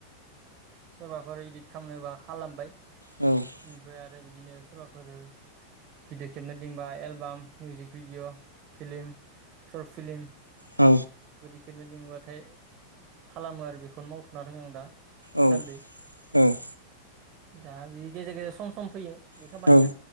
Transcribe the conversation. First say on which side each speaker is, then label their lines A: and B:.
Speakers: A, on the right; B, on the right.
A: सोरबाफोर इदित खालामनोबा खालामबाय
B: औ
A: ओमफ्राय आरो बिदिनो सोरबाफोर भिडिअ खेबनो लिंबा album music video film short film
B: औ
A: बिदि खेबनो लिंबाथाय खालामो आरो बेखौनो मावथ'ना दङो आं दा।
B: औ
A: सान्दै
B: औ
A: दा बे गेजेर गेजेर सम सम फैयो बे खामानिया
B: औ